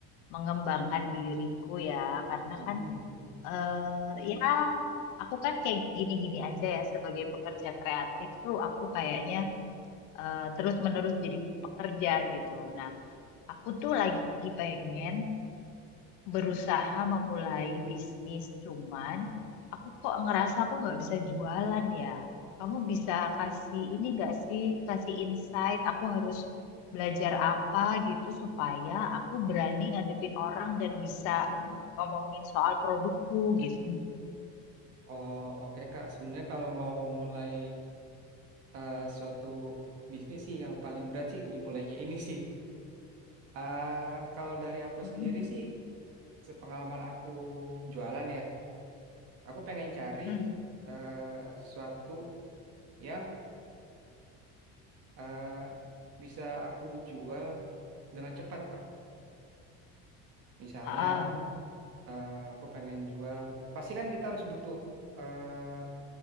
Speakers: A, on the left; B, on the right.
A: mengembangkan diriku ya, karena
B: <laughs>
A: kan eh ya aku kan kayak gini-gini aja ya sebagai pekerja kreatif tuh aku kayaknya eh, terus-menerus jadi pekerja gitu. Nah, aku tuh lagi pengen berusaha memulai bisnis, cuman aku kok ngerasa aku nggak bisa jualan ya. Kamu bisa kasih ini nggak sih, kasih insight, aku harus belajar apa gitu supaya aku berani ngadepin orang dan bisa ngomongin soal produkku gitu.
B: Oh oke Kak, sebenarnya kalau mau mulai eh, suatu bisnis sih yang paling berat sih dimulainya ini sih. Ah, kalau dari aku
A: Mm-mm.
B: sendiri sih, sepengalaman aku jualan ya, aku pengen cari
A: Mm-mm.
B: eh, suatu yang eh, bisa aku jual dengan cepat Pak. Misalnya
A: Ah, ah.
B: eh, aku pengen jual, pasti kan kita harus butuh eh,